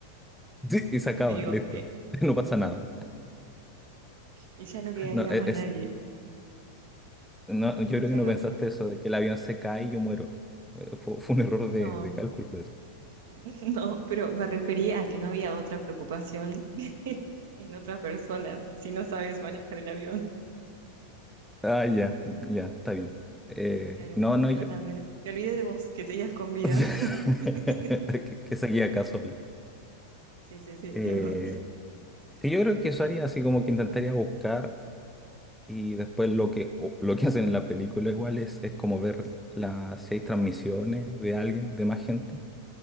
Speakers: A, in the centre; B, on the right (about 55°).
A: Sí, y se acaba,
B: digo,
A: listo.
B: eh,
A: <laughs> No pasa nada.
B: y ya no quedaría
A: No, e-
B: más
A: es,
B: nadie.
A: no, yo creo
B: Claro,
A: que no pensaste eso, de que el avión se cae y yo muero. Eh, Fue, fue un error
B: no,
A: de, de cálculo eso.
B: <laughs> no, pero me refería a que no había otra preocupación <laughs> en otras personas si no sabes manejar el avión.
A: Ah, ya, ya, está bien. Eh,
B: Claro,
A: no, no,
B: es
A: yo.
B: verdad, me, ol- me olvidé de vos, que seguías con vida.
A: <laughs>
B: <laughs>
A: Que, que seguía acá solo.
B: Sí, sí, sí,
A: Eh,
B: es verdad.
A: sí, yo creo que eso haría así como que intentaría buscar y después lo que, o- lo que hacen en la película igual es, es como ver las, si hay transmisiones de alguien, de más gente.